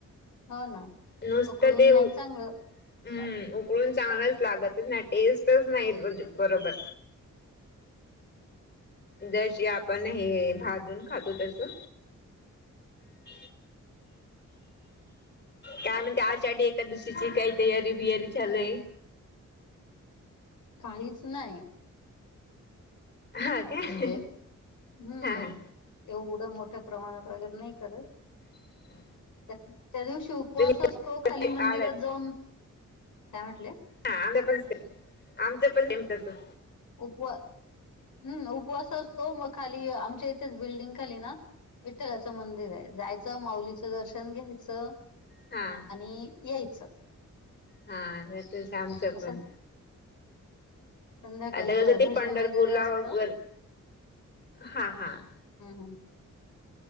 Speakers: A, on the left; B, on the left.
A: हो ना
B: नुसतं
A: उकडून
B: ते
A: नाही
B: उ!
A: चांगलं
B: हम्म
A: ला-
B: उ! ! गळू चांगलंच लागतच नाही टेस्टच नाही येत म्हणजे बरोबर! जशी आपण हे भाजून खातो तसं! <inaudible> <inaudible> <inaudible> काय म् ग आषाढी एकादशीची काही तयारी बियारी बिरया श्रीचालू हाय.
A: काहीच ना य!
B: हा काय
A: म्हणजे हम्म!
B: हा हा
A: एवढं मोठ्या प्रमाणात वगैरे नाही करत.
B: <inaudible> <inaudible> <unintelligible>
A: त्याक त्या दिवशी उपवास
B: तुम्ही
A: असतो खाली, मंदिरात
B: आळत
A: जाऊन काय म्हटल्या
B: आ आंब्या पण सेम, आमचं पण सेम तसंच
A: उपवा हम्! उपवास असतो मग खाली आमच्या इथेच बिल्डिंग खाली ना? विठ्ठलाचं मंदिर आहे. जायचं माउलीचं दर्शन घ्यायचं!
B: हां! !
A: आणि यायचं!
B: हां तसचं आमचं
A: असं
B: पण!
A: संध्याकाळी
B: आता
A: भ
B: कसं ते,
A: भजन
B: पंढरपूरला
A: वगैरे असतं
B: वगैर हा! हा! !
A: हं हं